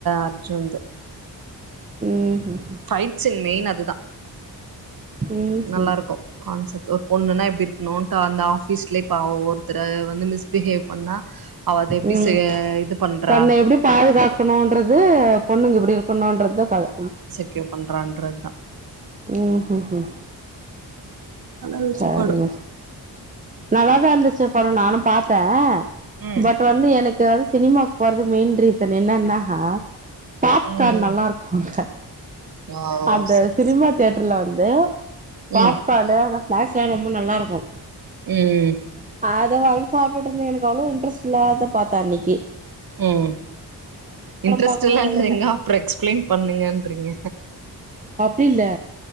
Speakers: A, on the right; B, on the right.
A: அர்ஜுன்து
B: ம் ம்
A: ஃப்ஹைட் சீன் மெயின் அது தான்
B: ம்
A: நல்லாருக்கும்
B: ம்
A: கான்செப்ட் ஒரு பொண்ணுன்னா இப்டி இருகணும் அந்த ஆபீஸ்ல இப்ப ஒ ஒருத்தர வந்து மிஸ்பிகேவ் பண்ணா அவ அத எப்டி
B: ம்
A: செ இது பண்றா
B: தன்னை எப்டி பாதுகாக் இப்பநன்றது பொண்ணுங்க இப்டி இருகணுன்றதுதா கதை
A: ஒகே பண்றான்றது தா
B: ம் ம் ம்
A: நல்லா இருந்துச்சு
B: சரிங்க
A: படோ
B: நல்லாதா இருந்துச்சி அப்பறம் நானும் பாத்தே
A: ம்
B: பட் இப்ப வந்து எனக்கு வந்து சினிமாக்கு போறது மெயின் ரீசன் என்னன்னா பாப்கார்ன்
A: ம்
B: நல்லா இருக் குன்ல
A: ஓ
B: அந்த
A: சரி
B: சினிமா
A: சரி
B: த்யேடர்ல வந்து பாப்கானு
A: ம்
B: அந்த ஸ்நாக்ஸ்ல்லா ரொம்ப நல்லா இருக்கும்
A: ம் ம்
B: அதவாங்கி சாப்ட்ட்டு இருந்த எனக்கு அவ்ளவு இன்ட்ரெஸ்ட் இல்ல அதா பாத்தே அன்னைக்கி
A: ம் இன்ட்ரெஸ்ட்
B: பாக்கும்போது
A: இல்லான்றீங்க
B: நல்லா இல்ல
A: அப்புறம் எக்ஸ்பிளைன் பண்ணுங்கன்றீங்க
B: அப்டி இல்லை